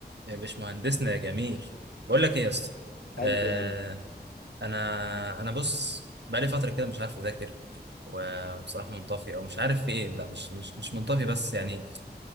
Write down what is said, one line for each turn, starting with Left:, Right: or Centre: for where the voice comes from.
Right: يا باشمهندسنا يا جميل بقول لك ايه يا اسطى آه
Left: قلب يا قلب
Right: انا انا بص بقالي فتره كده مش عارف اذاكر وبصراحه منطفي او مش عارف في ايه لا مش مش مش منطفي بس يعني